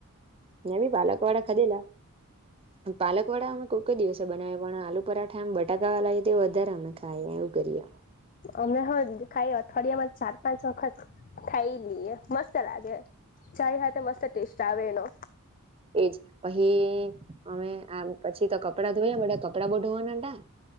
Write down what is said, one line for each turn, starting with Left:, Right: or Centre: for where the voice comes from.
Right: મેં બી પાલક વાળા ખાધેલા પાલક વાળા અમે કોઈક દિવસે બનાવી પણ આલુ પરાઠા એમ બટાકા વાળા વધારે અમે ખાયએ નું કરિયા
Left: અમે હ ખાઈ અઠવાડિયામાં ચાર પાંચ વખત ખાઈ લઈએ મસ્ત લાગે ચાય હ મસ્ત ટેસ્ટ આવે એનો
Right: એજ પહી અમે આમ પછી તો કપડા ધોયા બઘા કપડા બ ધોવાનાજ